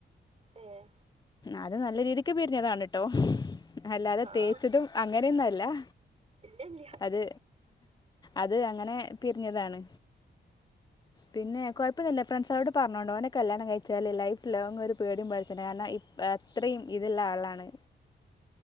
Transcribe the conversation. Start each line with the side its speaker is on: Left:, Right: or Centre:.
Right: ഏ
Left: അത് നല്ല രീതിക്ക് പിരിഞ്ഞതാണ് ട്ടോ അല്ലാതെ
Right: ആഹ്
Left: തേച്ചതും അങ്ങനെയൊന്നല്ല അല്ല
Right: ഇല്ലില്ല.
Left: അത് അത് അങ്ങനെ പിരിഞ്ഞതാണ് പിന്നെ കൊഴപ്പന്നില്ല ഫ്രണ്ട്സാളോട് പറഞ്ഞോണ്ട് ഓനെ കല്യാണം കഴിച്ചല് ലൈഫ് ലോങ് ഒരു പേടിയും പേടിച്ചണ്ട കാരണം അത്രയും ഇതുള്ള ആളാണ്